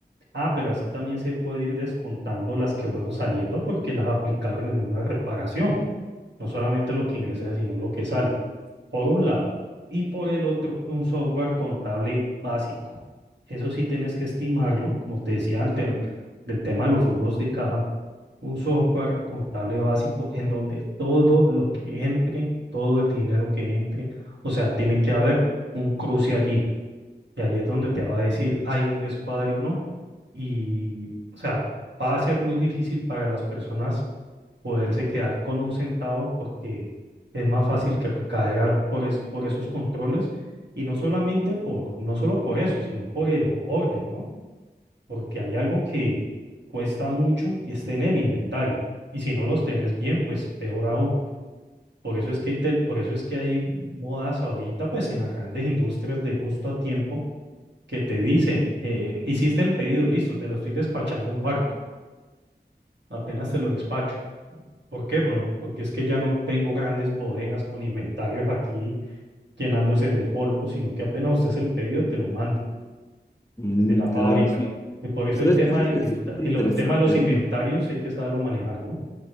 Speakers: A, on the right; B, on the left.
A: Ah, pero así también se puede ir descontando las que fueron saliendo porque las aplicaron en una reparación, no solamente lo que ingresa, sino lo que sale, por un lado, y por el otro, un software contable básico. Eso sí tienes que estimarlo, como te decía antes, el- del tema de los flujos de caja un software contable básico en donde todo lo que entre, todo el dinero que entre, o sea, tiene que haber un cruce allí. Y allí es donde te va a decir hay un descuadre o no. Y, o sea, va a ser muy difícil para las personas poderse quedar con un centavo porque es más fácil que ca- caer a- por, es- por esos controles. Y no solamente por, no solo por eso, sino por el orden, ¿no? porque hay algo que cuesta mucho y es tener inventario. Y si no los tenés bien, pues peor aún. Por eso es que hay, te- por eso es que hay modas ahorita, pues en las grandes industrias de justo a tiempo, que te dicen, eh, hiciste el pedido, listo, te lo estoy despachando en barco, apenas te lo despacho. ¿Por qué? Bueno, porque es que ya no tengo grandes bodegas con inventarios aquí llenándose de polvo, sino que apenas usted hace el pedido, te lo mando.
B: Mm,
A: desde la fábrica.
B: claro, sí.
A: Y por eso
B: ¿Sabes
A: el tema
B: qué? Eso,
A: de
B: es-
A: inventa-
B: eso es súper
A: el,
B: interesante.
A: el tema de los inventarios hay que saberlo manejar, ¿no?